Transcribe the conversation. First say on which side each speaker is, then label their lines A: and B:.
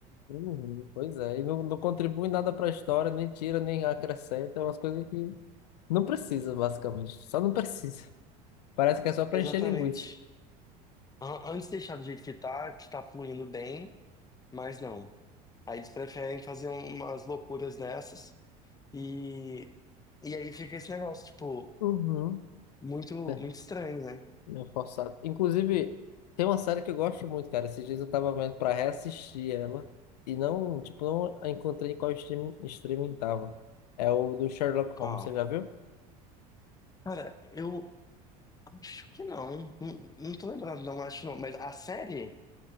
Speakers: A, on the left (about 80°); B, on the left (about 20°).
A: Uhum, pois é, e não, não contribui nada para a história, nem tira, nem acrescenta, é umas coisas que não precisa, basicamente. Só não precisa. Parece que é só para
B: Exatamente.
A: encher linguiça.
B: An- Antes deixar do jeito que tá, que tá fluindo bem, mas não. Aí eles preferem fazer umas loucuras dessas e, e aí fica esse negócio, tipo,
A: Uhum.
B: muito, muito
A: É,
B: estranho, né?
A: meio forçado. Inclusive, tem uma série que eu gosto muito, cara. Esses dias eu tava vendo pra reassistir ela e não, tipo, não a encontrei em qual streaming, streaming tava. É o do Sherlock
B: Qual?
A: Holmes, você já viu?
B: Cara, eu, Acho que não. Não, não tô lembrado, não, acho que não. Mas a série?